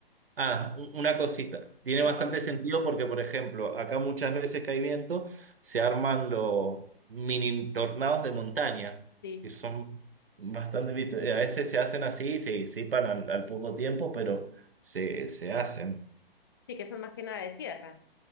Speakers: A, on the right (about 70°); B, on the left (about 25°).
A: Ah, u- una cosita. Tiene
B: eh,
A: bastante sentido porque, por ejemplo, acá muchas veces que hay viento, se arman los mini tornados de montaña,
B: sí,
A: que son bastante vistos. Eh, A veces se hacen así se disipan al, al poco tiempo, pero se, se hacen.
B: sí, que son más que nada de tierra.